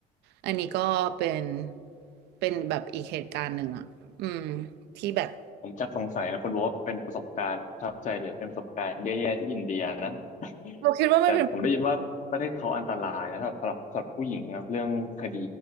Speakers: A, on the right; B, on the left.
A: อันนี้ก็เป็นเป็นแบบอีกเหตุการณ์หนึ่งอะอืมที่แบบ
B: ผมจักสงสัยนะคุณโบทเป็นประสบการณ์ประทับใจหรือเป็นประสบการณ์แย่ๆที่อินเดียนะ <laughs>
A: เราคิดว่ามันเป็น
B: แต่ผมได้ยินว่าประเทศเขาอันตรายนะสำหรับสำหรับสำหรับผู้หญิงนะเรื่องคดี